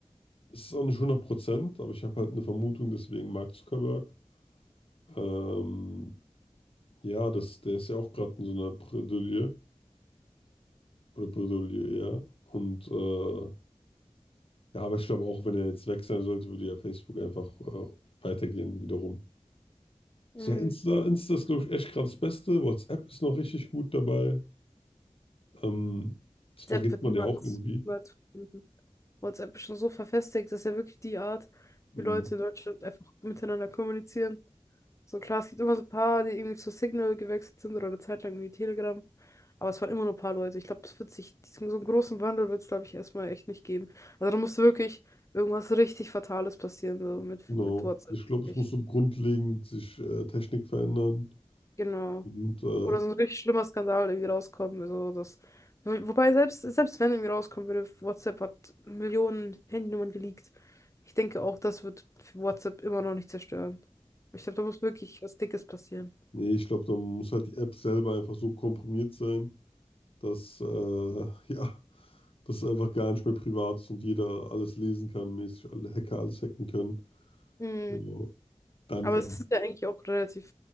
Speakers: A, on the left (about 55°); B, on the left (about 25°).
A: Es ist auch nicht hundert Prozent, aber ich habe halt eine Vermutung, deswegen Mark Zuckerberg. Ähm, ja, das, der ist ja auch gerade in so einer Bredouille. Oder Bredouille, ja. Und äh, Ja, aber ich glaube auch, wenn er jetzt weg sein sollte, würde ja Facebook einfach äh, weitergehen wiederum.
B: Mhm.
A: Also ja, Insta, Insta ist, glaube ich, echt gerade das Beste. WhatsApp ist noch richtig gut dabei. Ähm, das
B: WhatsApp
A: vergisst
B: wird
A: man
B: niemals,
A: ja auch irgendwie.
B: niemals verschwinden. WhatsApp ist schon so verfestigt, dass ja wirklich die Art,
A: Mhm,
B: wie Leute in Deutschland einfach miteinander kommunizieren. So klar, es gibt immer so ein paar, die irgendwie zu Signal gewechselt sind oder eine Zeit lang irgendwie Telegram. Aber es waren immer nur ein paar Leute. Ich glaube, das wird sich, diesen, so einen großen Wandel wird es, glaube ich, erstmal echt nicht geben. Also da musste wirklich irgendwas richtig Fatales passieren, so mit,
A: genau.
B: mit WhatsApp,
A: Also Ich glaube,
B: denke
A: es
B: ich.
A: muss so grundlegend sich äh, Technik verändern.
B: Genau.
A: Und äh,
B: Oder so ein richtig schlimmer Skandal irgendwie rauskommen. Also das. wo- Wobei, selbst, selbst wenn irgendwie rauskommen würde, WhatsApp hat Millionen Handynummern geleakt. Ich denke auch, das wird für WhatsApp immer noch nicht zerstören. Ich glaube, da muss wirklich was Dickes passieren.
A: nee, ich glaube, da muss halt die App selber einfach so komprimiert sein, dass äh, <laughs> ja, dass es einfach gar nicht mehr privat ist und jeder alles lesen kann, mäßig alle Hacker alles hacken können.
B: Mm.
A: So, dann
B: Aber
A: eher.
B: es ist ja eigentlich auch relativ,